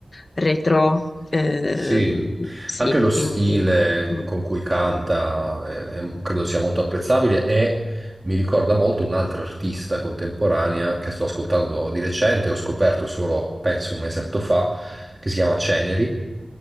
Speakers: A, on the left (about 55°); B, on the right (about 20°).
A: retro. Ehm,
B: Sì,
A: sì,
B: anche lo
A: quindi
B: stile
A: mm,
B: con cui canta eh, è- credo sia molto apprezzabile e mi ricorda molto un'altra artista contemporanea che sto ascoltando di recente, ho scoperto solo, penso, un mesetto fa, che si chiama Ceneri.